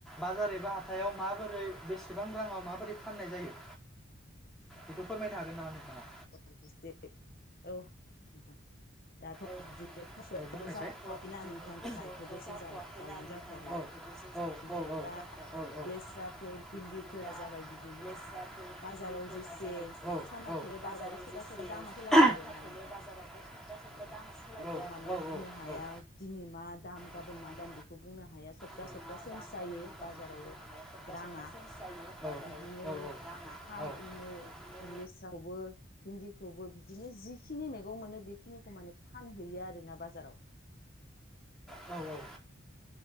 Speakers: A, in the centre; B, on the left.
A: बाजार एबा हाथायाव मा बोरै बेसेबां रांआव मा माबोरै फाननाय जायो? बेखौ फोरमायनो हागोन नामा नोंथाङा।
B: <unintelligible> औ। नोंथां दाथ'
A: जे
B: बिदिनो थास'थ'
A: औ बुंनायसाय
B: जाथ'वाखैना
A: थ' बिदिनो
B: नोंथां
A: फस'वाखै
B: गायथ'दसो
A: जाथ'वाखैना
B: जावनो
A: नोंथां
B: जाथ'वाखैयाव
A: गायखेरबोसो जाथ'वाखै
B: बिदिनो दा
A: जाथ'वाखै
B: लेस्राफोर
A: बिदिनो
B: भिन्दिफोरा
A: दा
B: जाबाय बिदिनो
A: लेस्राफोर
B: बाजाराव
A: भिन्दिफोरा
B: जेसे
A: जाबाय बिदिनो
B: साहा
A: बाजाराव
B: बाराव
A: जेसे
B: <unintelligible> दामा सोलायो
A: साफाखौनो
B: आरोना नोंथां?
A: बाजारावथ'
B: औ
A: सप्ता सप्ता दामा सोलायो
B: बेखौ
A: आरोना
B: माने बुंनो हाया दिनै मा दाम
A: बेखौ
B: गाबोन
A: माने
B: मा दाम बेखौ बुंनो हाया सप्ता
A: मा
B: सप्ता सेन्स
A: दाम
B: जायो
A: जादों मा जादों
B: बाजाराव
A: बेखौ बुंनो हाया सप्ता
B: राङा
A: सप्ता चेन्ज जायो बाजाराव
B: बिदिनो
A: राङा
B: फाननो
A: बिदिनो
B: लेस बो भिन्दिखौबो बिदिनो जिखिनि मैगं मोनो बेखिनिखौ माने फानहैयो आरोना बाजाराव
A: औ औ